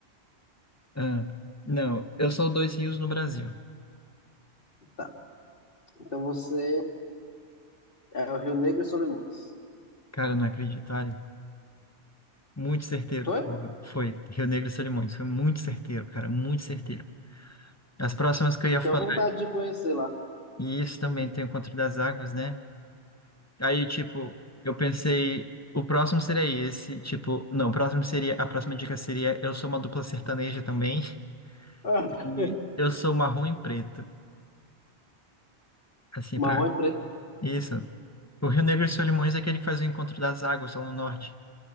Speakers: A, on the left; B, on the left.
A: Ah, não, eu sou dois rios no Brasil.
B: Tá. Então você é o Rio Negro e Solimões.
A: Cara, eu não acredito, olha. Muito certeiro.
B: Foi?
A: tu- Foi. Rio Negro e Solimões. Foi muito certeiro, cara. Muito certeiro. As próximas que eu
B: Eu
A: ia
B: tenho
A: falar.
B: vontade de conhecer lá.
A: E isso também tem o Conto das Águas, né? Aí, tipo, eu pensei. O próximo seria esse. Tipo, não, o próximo seria. A próxima dica seria: eu sou uma dupla sertaneja também. <laughs>
B: <laughs> Ah,
A: E eu sou marrom e preto. Assim,
B: Marrom
A: pra.
B: e preto.
A: Isso. O Rio Negro e Solimões é aquele que faz o Encontro das Águas lá no norte.